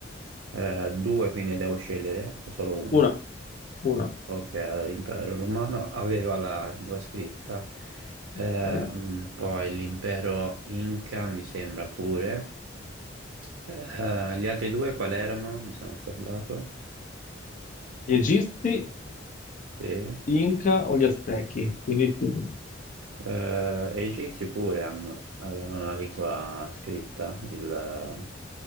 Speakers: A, on the right; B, on the left.
A: eh, due quindi devo scegliere o solo una?
B: Una, una.
A: Ok, allora l'impero romano aveva la lingua scritta, ehm,
B: ok.
A: poi l'impero Inca mi sembra pure. Eh, gli altri due quali erano? Mi sono scordato.
B: Gli Egizi,
A: Sì. Eh,
B: Inca o gli Aztechi? Quindi, più-
A: e gli egizi pure hanno- avevano una lingua scritta, il-